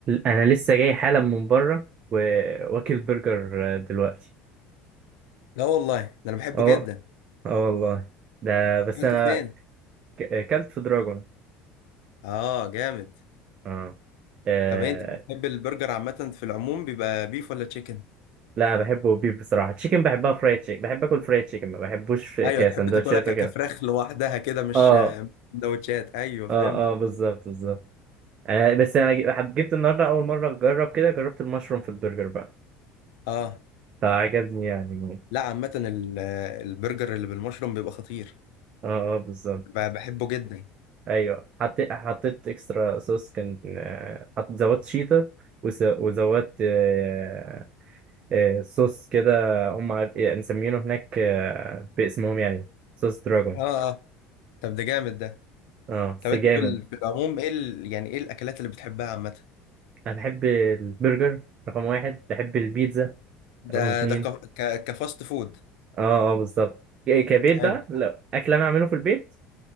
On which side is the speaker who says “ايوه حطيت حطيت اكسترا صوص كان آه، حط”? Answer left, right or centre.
Right